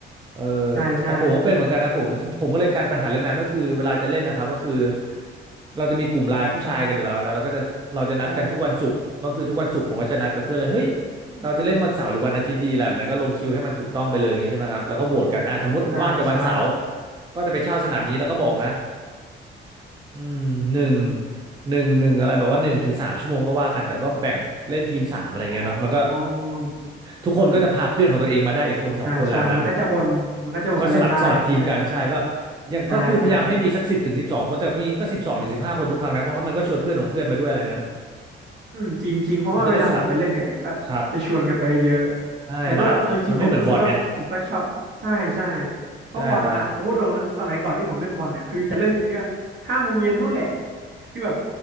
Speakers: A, on the right; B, on the right.
A: เออ
B: ใช่ใช่
A: แต่ผมก็เป็นเหมือนกันนะผมผมก็เลยการปัญหาเรื่องนั้นก็คือเวลาจะเล่นนะครับก็คือเราจะมีกลุ่มไลน์ผู้ชายกันอยู่แล้วนะแล้วก็จะเราจะนัดกันทุกวันศุกร์ก็คือทุกวันศุกร์ผมก็จะนัดกับเพื่อนเลยเฮ้ย
B: อ๋ออืม
A: เราจะเล่นวันเสาร์หรือวันอาทิตย์ดีอะไรแบบนั้นก็ลงคิวให้มันถูกต้องไปเลยอย่างนี้ใช่ไหมครับแล้วก็โหวตกันอ่ะสมมติว่างแต่วันเสาร์
B: ใช่ใช่
A: ก็จะไปเช่าสนามนี้แล้วก็บอกนะอืมหนึ่งหนึ่งหนึ่งอะไรแบบว่าหนึ่งถึงสามชั่วโมงก็ว่ากันแต่ก็แบ่งเล่นทีมสามอะไรเงี้ยเนาะมันก็
B: อ๋ออ
A: ทุกคนก็จะพาเพื่อนของตัวเองมาได้อีกคนสองคนแหล้วนั้น
B: ืมใช่ใช่มันก็จะวนมันก็จะวนกันเล่นได้มันก็จะแบบ
A: ก็สลับสลับทีมกันใช่ก็
B: อืมใช่ใช่
A: ยังก็คือพยายามให้มีสักสิบถึงสิบสองคนแต่มีก็สิบสองถึงสิบห้าคนทุกครั้งนะเพราะว่ามันก็ชวนเพื่อนของเพื่อนมาด้วยอะไรเงี้ยนะ
B: อืมจริงจริงเพราะว่าเวลาผมไปเล่นกันเนี่ยก็จะชวนกันไปเยอะ
A: มันจะได้สลับครับใช่บาสมันไม่เหมือนบอลเนี่ย
B: แล้วก็แบบเออจริงผมรู้สึกว่าผมก็ชอบใช่ใช่เพราะบอลอะผมพูดตรงนะสมัยก่อนที่ผมเล่นบอลเนี่ยคือจะเล่นทีก็ห้าโมงเย็นนู่นแหละ
A: ใช่ครับ
B: คือแบบ